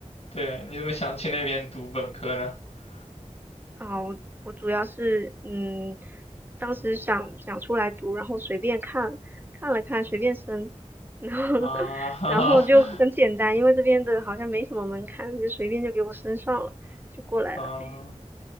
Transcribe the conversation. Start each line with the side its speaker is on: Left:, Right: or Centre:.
Left: 对，你怎么想去那边读本科呢？<laughs>
Right: 啊。我我主要是嗯，当时想想出来读，然后随便看看了看，随便申，然后
Left: 啊哈哈，
Right: <laughs> 然后就很简单，因为这边的好像没什么门槛，就随便就给我申上了，就过来了呗。
Left: <laughs> 啊，